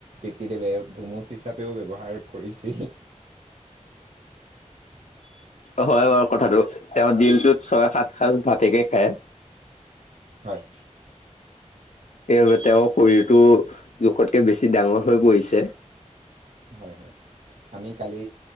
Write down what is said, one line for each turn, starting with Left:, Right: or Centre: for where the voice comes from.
Right: এতি ধুমুচ হিচাপেও ব্যৱহাৰ কৰিছিল।
Left: হয় বাৰু কথাটো তেওঁ দিনটোত ছয় সাত সাঁজ ভাতেকে খায়।
Right: হয়
Left: সেইবাবে তেওঁৰ শৰীৰটো জোখতকে বেছি ডাঙৰ হৈ পৰিছে।
Right: হয় হয়, আমি কালি